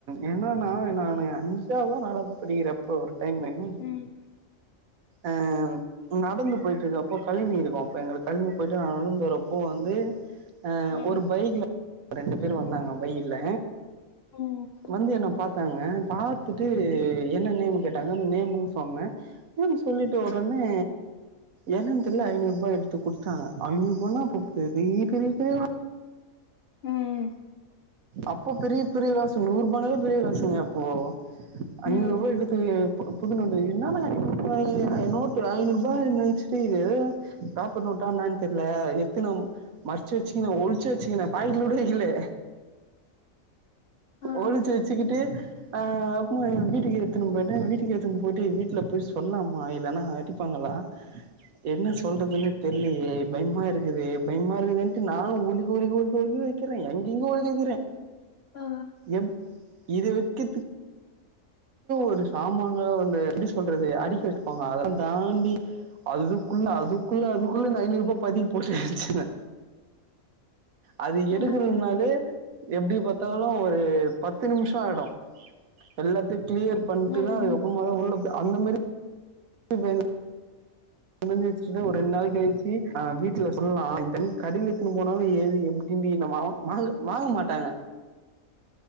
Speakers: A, on the right; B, on the left.
A: என்னென்னா நானு அஞ்சாவத நாளாவத படிக்கிறப் அப்போ ஒரு டைமு
B: ம்
A: அ நடந்து போயிட்டு இருக்கறப்போ கழிநீர் இருக்கு அப்ப எங்களுக்கு கழிநீர் போயிட்டு நடந்து வரப்போ வந்து ஆ
B: ம்
A: ஒரு பைக்ல ரெண்டு பேர் வந்தாங்க பைக்ல
B: ம்
A: வந்து என்ன பாத்தாங்க பாத்துட்டு என்ன நேம் கேட்டாங்க அந்த நேம்ன்னு சொன்ன நேம் சொல்லிட்டு ஒடனே என்னனு தெரியல ஐநூறுபா எடுத்து குடுத்தாங்க ஐநூறு அப்போ பெரிய பெரிய பெரிய
B: ம்
A: அப்போ பெரிய பெரிய காசு நூறு ரூபானாலே பெரிய காசுங்க அப்போ ஐநூறுபா
B: ம்
A: எடுத் டு புது நோட்டு என்னடா ஐநூறு ரூபா நோட்டு ஐநூறு ரூபா நெனச்சிட்டு இது ஏத ப்ராப்பர் நோட்டா என்னானு தெரில எத்தினும் மச்சி வச்சிக்கின ஒளிச்சி வச்சிக்கின பாக்கெட்ல கூட வைக்கலே
B: ஆ
A: ஒளிச்சி வச்சிக்கிட்டு ஆ அப்புமா வீட்டுக்கு எத்துணு போயிட்டே வீட்டுக்கு எத்துணு போட்டு வீட்ல போய் சொல்லலாமா இல்லன்னா அடி ப்பாங்களா என்ன சொல்றதுன் தெரியலே பயமா இருக்குதே பயமா இருக்குதுன்ட்டு நானு ஒளிக்கி ஒளிகி ஒளிக் ஒளிக் க்கிறே எங்கெங்கோ ஒளிக்க வைக்கிறே
B: ஆ
A: எப் இத வைக்கறத்துக் ஒரு சாமாங்கல வந்து எப்டி சொல்றது அடிக்கி வச்சியிருப்பாங்க அதெல்லா தாண்டி அதுக்குள்ள அதுக்குள்ள அதுக்குள்ள ஐநூறு ரூபாய் பதிச்சி போட்டு வச்சிவே அது எடுக்கனுனாலே
B: ம்
A: எப்டி பாத்தாலு ஒரு பத்து நிமிஷ ஆயிடு எல்லாத்தையு கிளியர் <unintelligible>
B: ம்
A: அந்த மாரி <unintelligible> ப வச்ச ஒரு ரெண்டு நாள் கழிச்சு அ வீட்ல இத சொல்லலா இந்த கடில எத்துன்னு போனாலு ஏது எப்டிங்க வாங்க வாங்க மாட்டாங்க